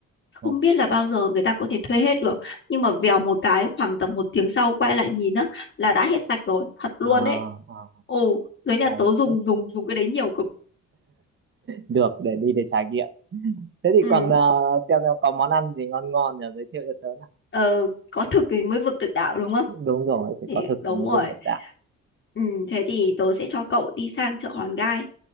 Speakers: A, on the left; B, on the right.
A: không
B: ok.
A: biết là bao giờ người ta có thể thuê hết được nhưng mà vèo một cái khoảng tầm một tiếng sau quay lại nhìn á là đã hết sạch rồi thật luôn
B: à,
A: đấy
B: à,
A: ồ dưới nhà
B: hay
A: tớ dùng
B: thế
A: dùng dùng cái đấy nhiều cực
B: được để đi để trải nghiệm thế thì
A: ừ
B: còn ờ, xem xem có món ăn gì ngon ngon nhỉ giới thiệu cho tớ nào
A: ờ, có thực thì mới vực được đạo đúng không
B: đúng rồi phải
A: thì
B: có thực
A: đúng
B: thì mới
A: rồi
B: vượt được đạo
A: ừ, thế thì tớ sẽ cho cậu đi sang chợ Hòn Gai